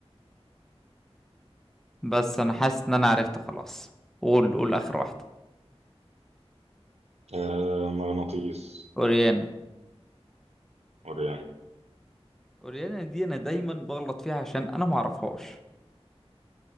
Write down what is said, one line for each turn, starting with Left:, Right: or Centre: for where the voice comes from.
Centre: بس انا حاسس ان انا عرفت خلاص قول قول اخر واحدة
Right: آه، مغناطيس
Centre: اوريانا
Right: وريان
Centre: اوريانا دي انا دايما بغلط فيها عشان انا ما اعرفهاش